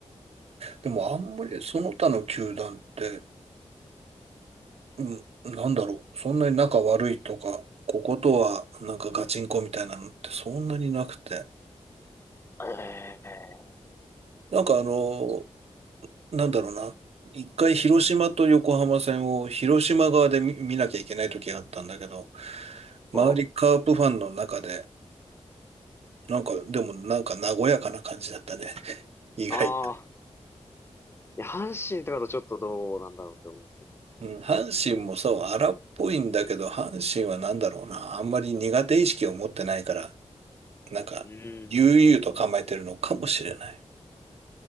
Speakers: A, on the right; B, on the left.
A: でもあんまりその他の球団ってうん、なんだろう。そんなに仲悪いとか、こことはなんかガチンコみたいなのってそんなになくて。
B: ええ
A: なんかあの、なんだろうな。一回広島と横浜戦を広島側で見、見なきゃいけない時があったんだけど、周りカープファンの中で、
B: あ
A: なんか、でもなんか和やかな感じだったね。<laughs> 意外と。
B: あー。いや、阪神とかだとちょっとどうなんだろうって思うけど、
A: うん、阪神もそう、
B: 巨人、阪
A: 荒っぽいんだけど、阪神はなんだろうな。あんまり苦手意識を持ってないから、なんか、
B: 神。うーん。
A: 悠々と構えてるのかもしれない。